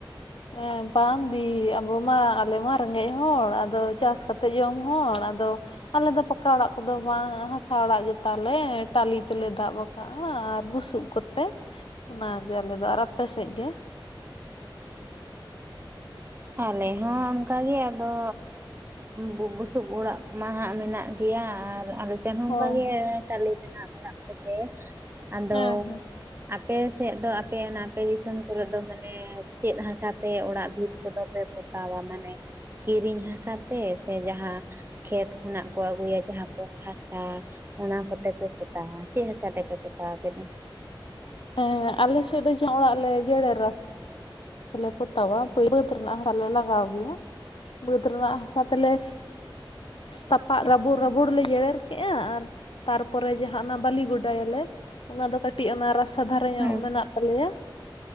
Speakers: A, on the left; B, on the right.
A: ᱦᱮᱸ, ᱵᱟᱝ ᱫᱤ ᱟᱵᱚ ᱢᱟ ᱟᱞᱮ ᱢᱟ ᱨᱮᱸᱜᱮᱡ ᱦᱚᱲ ᱟᱫᱚ ᱪᱟᱥ ᱠᱟᱛᱮ ᱡᱚᱢ ᱦᱚᱲ ᱟᱫᱚ ᱟᱞᱮ ᱫᱚ ᱯᱟᱠᱟ ᱚᱲᱟᱜ ᱠᱚᱫᱚ ᱵᱟᱝ ᱦᱟᱥᱟ ᱚᱲᱟᱜ ᱜᱮᱛᱟᱞᱮ ᱴᱟᱞᱤ ᱛᱮᱞᱮ ᱫᱟᱵᱼᱼ ᱟᱠᱟᱜᱼᱟ, ᱟᱨ ᱵᱩᱥᱩᱵ ᱠᱚᱛᱮ ᱚᱱᱟᱜᱮ ᱟᱞᱮᱫ ᱫᱚ ᱟᱨ ᱟᱯᱮ ᱥᱮᱫ ᱜᱮ
B: ᱟᱞᱮ ᱦᱚᱸ ᱚᱱᱠᱟᱜᱮ ᱟᱫᱚ ᱵᱩ-ᱵᱩᱥᱩᱵ ᱚᱲᱟᱜ ᱠᱚᱢᱟ ᱦᱟᱸᱟᱜ ᱢᱮᱱᱟᱜ ᱜᱮᱭᱟ ᱟᱨ ᱟᱞᱮᱼᱼ ᱥᱮᱱ ᱦᱚᱸ
A: ᱦᱳᱭ
B: ᱚᱱᱠᱟ ᱜᱮ ᱴᱟᱞᱤ ᱨᱮᱱᱟᱜ ᱚᱲᱟᱜ ᱠᱚᱜᱮ ᱟᱫᱚ
A: ᱦᱮᱸ ᱦᱮᱸ
B: ᱟᱯᱮ ᱥᱮᱫ ᱫᱚ ᱟᱯᱮ ᱚᱱᱟ ᱟᱯᱮ ᱫᱤᱥᱚᱢ ᱠᱚᱨᱮ ᱫᱚ ᱢᱟᱱᱮ ᱪᱮᱫ ᱦᱟᱥᱟᱛᱮ ᱚᱲᱟᱜ ᱵᱷᱤᱛ ᱠᱚᱫᱚ ᱯᱮ ᱯᱚᱛᱟᱣᱟ, ᱢᱟᱱᱮ ᱠᱤᱨᱤᱧ ᱦᱟᱥᱟ ᱛᱮ ᱥᱮ ᱡᱟᱦᱟᱸ ᱠᱷᱮᱛ ᱠᱷᱚᱱᱟᱜ ᱠᱚ ᱟᱹᱜᱩᱭᱟ ᱡᱟᱦᱟᱸ ᱦᱟᱥᱟ ᱚᱱᱟ ᱛᱮ ᱯᱮ ᱯᱚᱛᱟᱣᱟ, ᱪᱮᱫ ᱦᱟᱥᱟ ᱛᱮᱯᱮ ᱯᱚᱛᱟᱣᱟ ᱟᱯᱮ ᱫᱚ?
A: ᱦᱮᱸ, ᱟᱞᱮ ᱥᱮᱫ ᱫᱚ ᱡᱟᱦᱟᱸ ᱚᱲᱟᱜ ᱞᱮ ᱡᱮᱨᱮᱲᱟ ᱥᱮ ᱛᱮᱞᱮ ᱯᱚᱛᱟᱣᱟ ᱵᱟᱹᱫᱽ ᱨᱮᱱᱟᱜ ᱦᱟᱥᱟᱞᱮ ᱞᱟᱜᱟᱣ ᱜᱮᱭᱟ ᱾ ᱵᱟᱹᱫᱽ ᱨᱮᱱᱟᱜ ᱦᱟᱥᱟ ᱛᱮᱞᱮ ᱛᱟᱯᱟᱜ ᱨᱟᱵᱚᱲ ᱨᱟᱵᱚᱲ ᱞᱮ ᱡᱮᱨᱮᱲ ᱠᱮᱜᱼᱟ ᱾ ᱟᱨ ᱛᱟᱨᱯᱚᱨᱮ ᱡᱟᱦᱟᱸ ᱚᱱᱟ ᱵᱟᱞᱤ ᱜᱚᱰᱟᱭᱟᱞᱮ ᱚᱱᱟ ᱫᱚ ᱠᱟᱹᱴᱤᱡ ᱚᱱᱟ ᱨᱟᱥᱛᱟ ᱫᱷᱟᱨᱮ ᱧᱚᱜ
B: ᱦᱩᱸ
A: ᱢᱮᱱᱟᱜ ᱛᱟᱞᱮᱭᱟ,